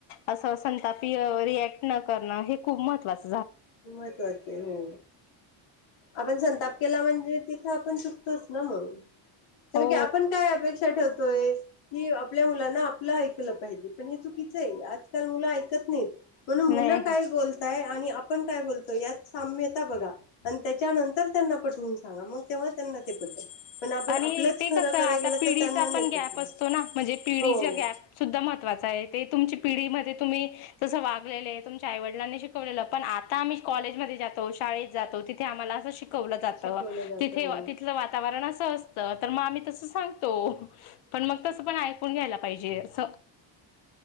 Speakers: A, on the left; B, on the left.
A: असं संतापीय रिएक्ट न करणं हे खूप महत्त्वाच
B: महत्वाच हो आपण संताप केला म्हणजे तिथं आपण चुकतोच ना मग कारण
A: हो
B: की आपण काय अपेक्षा ठेवतो होय की आपल्या मुलांना आपलं ऐकलं पाहिजे पण हे चुकीचंय आजकाल मुलं ऐकत नाहीयेत म्हणून मुलं
A: नाही
B: काय बोलताय आणि आप आपण काय बोलतो यात साम्यता बघा आणि त्याच्यानंतर त्यांना पटवून सांगा मग तेव्हा त्यांना ते पटेल पण आपण
A: आणि
B: आपलंच
A: ते
B: खरं
A: कसं
B: कराय
A: आता
B: गेलं
A: पिढीचा
B: तर त्यांना नाही
A: पण
B: पटणार
A: गॅप असतो ना म्हणजे पिढीच्या
B: हो
A: गॅप सुद्धा महत्वाचा आहे ते तुमची पिढी मध्ये तुम्ही तस वागलेलेय तुमच्या आईवडलांनी शिकवलेलं पण आता आम्ही कॉलेजमध्ये जातो शाळेत जातो तिथे आम्हाला असं शिक शिकवलं जातं
B: शिकवलं जातं
A: तिथे
B: हो
A: तिथलं वातावरण असं ते असत तर मग आम्ही तसं सांगतो पण मग तस पण ऐकून घ्यायला पाहिजे असं